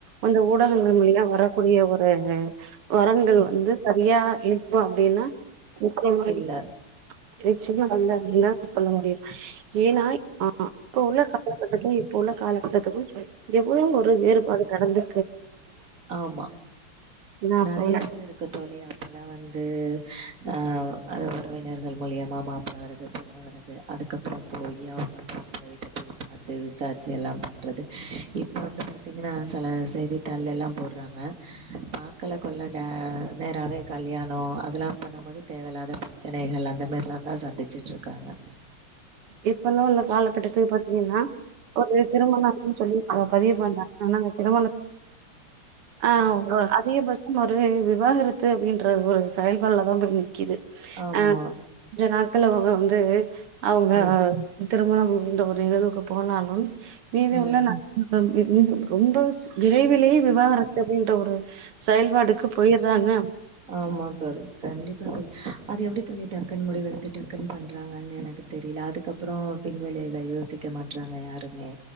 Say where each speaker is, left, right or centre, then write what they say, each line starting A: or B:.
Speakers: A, on the right (about 85°); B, on the right (about 40°).
A: அந்த ஊடகங்கள் மூலியா வரக்கூடிய ஒரு வரன்கள்
B: ம்
A: வந்து சரியா இப்பம் அப்டின்னா <inaudible>
B: இல்ல
A: சின்ன <unintelligible> சொல்ல முடியும் ஏன்னா ஆஹ் அப்ப உள்ள காலகட்டத்துக்கும் இப்ப உள்ள காலகட்டத்துக்கும் எவ்ளோ ஒரு வேறுபாடு கடந்து
B: ஆமா
A: ஏன்னா
B: ந
A: அப்ப
B: நெறையாவே
A: வந்து
B: இருக்கு தோழி அப்பேல்லாம் வந்து அஹ் அதா உறவினர்கள் மூலியமா மாப்ள வருது பொண்ணு வருது அதுக்கப்புறம் போயி அவுங்க மாப்ள வீட்ட போயி பாத்து விசாரிச்சு எல்லாம் பண்றது இப்ப வந்து பாத்தீங்கன்னா சில செய்தி தாள்ளேலாம் போட்றாங்க பாக்கல கொள்ள ட நேராவே கல்யாணம் அதெல்லாம் பண்ணும் போது தேவையில்லாத பிரச்சனைகள் அந்த மாரிலாம் தான் சந்திச்சுட்டு இருக்காங்க
A: இப்பல்லாம் உள்ள காலக்கட்டத்துக்கு பாத்தீங்கன்னா ஒரு திருமணம் அப்டின்னு சொல்லி பதிவு பண்ணாங்க ஆனா அந்த திருமணத்தை ஆஹ் அதிகபட்சம் ஒரு விவாகரத்து அப்டின்ற ஒரு செயல்பாடுல தான் போய் நிக் கிது
B: ஆமா.
A: அஹ் இதுனா க்கலவங்க வந்து அவுங்க
B: ம்.
A: திருமணம் என்ற ஒரு நிகழ்வுக்கு போனாலும் வீதி
B: ம்.
A: உள்ள <inaudible> மிக ரொம்ப விரைவிலேயே விவாகரத்து அப்டின்ற ஒரு செயல்பாடுக்கு போயிட்றாங்க
B: ஆமா தோழி கண்டிப்பா தோழி அது எப்டி தோழி டக்குன் முடிவெடுத்து டக்குன் பண்றாங்கன்னு எனக்கு தெரில அதுக்கப்புறம் பின்விலைவ யோசிக்க மாட்றாங்க யாருமே